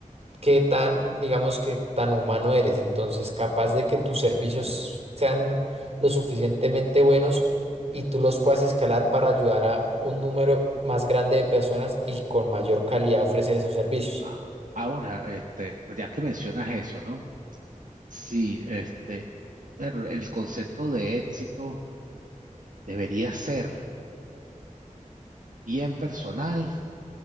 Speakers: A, on the right (about 50°); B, on the right (about 75°).
A: qué tan, digamos que tan humano eres. Entonces, capaz de que tus servicios sean lo suficientemente buenos y tú los puedas escalar para ayudar a un número más grande de personas y con mayor calidad ofrecer esos servicios.
B: Ah, ahora, este, ya que mencionas eso, ¿no? Sí, este, pero el concepto de éxito debería ser bien personal.